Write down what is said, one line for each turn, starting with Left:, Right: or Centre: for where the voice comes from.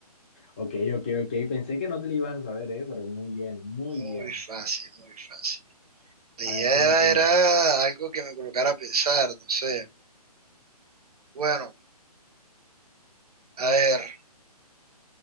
Left: Ok, ok, ok, pensé que no te la ibas a saber, eh, pero muy bien, muy
Right: Muy
Left: bien.
Right: fácil, muy fácil. La
Left: A
Right: idea
Left: ver, tírate una.
Right: era algo que me colocara a pensar, no sé. Bueno, a ver,